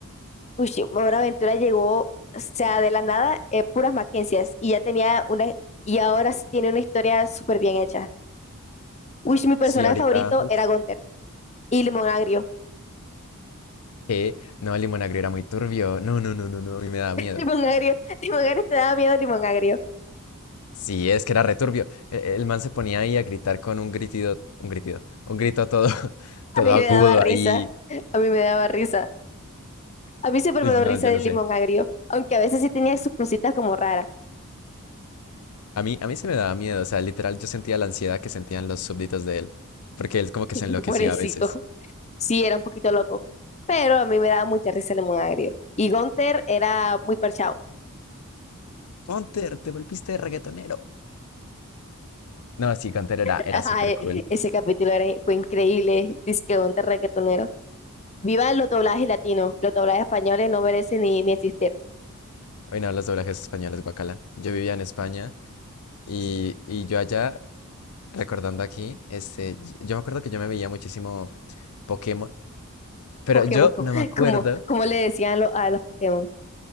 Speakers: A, on the left; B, on the left.
A: Ush, Hora de Aventura llegó, o sea, de la nada, eh, puras Mackenzie's y ya tenía una, y ahora sí tiene una historia súper bien hecha. Uy, mi personaje
B: Sí, ahorita,
A: favorito
B: uf,
A: era Gunther y Limón Agrio.
B: que no, el limonagrio era muy turbio. No, no, no, no, no, a mí me daba
A: <laughs>
B: miedo.
A: Limón Agrio, Limón Agrio te daba miedo, Limón Agrio.
B: Sí, es que era returbio. El, el man se ponía ahí a gritar con un gritido, un gritido, un grito todo, <laughs> todo
A: A mí
B: agudo
A: me daba risa,
B: ahí.
A: a mí me daba risa. A mí siempre
B: Uy,
A: me dio
B: no,
A: risa
B: yo
A: el
B: no sé.
A: limón agrio, aunque a veces sí tenía sus cositas como raras.
B: A mí, a mí se me daba miedo, o sea, literal yo sentía la ansiedad que sentían los súbditos de él, porque él como que
A: <laughs>
B: se enloquecía
A: Pobrecito,
B: a veces.
A: sí era un poquito loco, pero a mí me daba mucha risa el limón agrio. Y Gunther era muy parchado.
B: Gunter, te volviste reggaetonero. No, sí, Gunter era,
A: <laughs>
B: era
A: Ajá,
B: súper
A: e-
B: cool.
A: Ese capítulo era, fue increíble. Dice que Gunther reggaetonero. Viva los doblajes latinos. Los doblajes españoles no merecen ni, ni existir.
B: Hoy no, los doblajes españoles, guacala. Yo vivía en España y, y yo allá, recordando aquí, este, y- yo me acuerdo que yo me veía muchísimo Pokémon,
A: <laughs>
B: pero
A: Pokémon,
B: yo
A: co-
B: no me acuerdo,
A: como, como le decían lo- a los Pokémon.